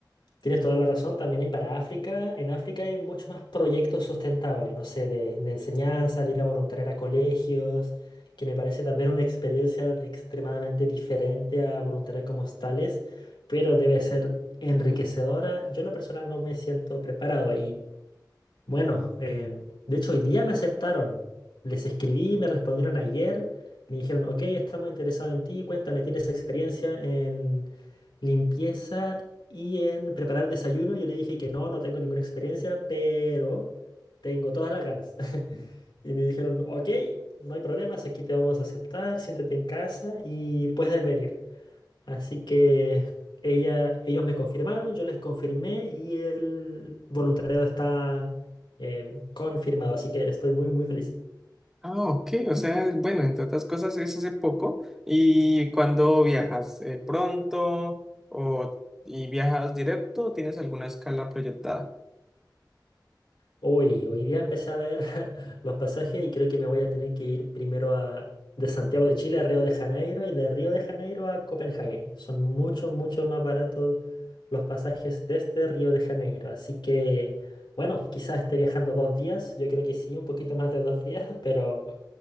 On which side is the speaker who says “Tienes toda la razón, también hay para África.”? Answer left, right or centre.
Left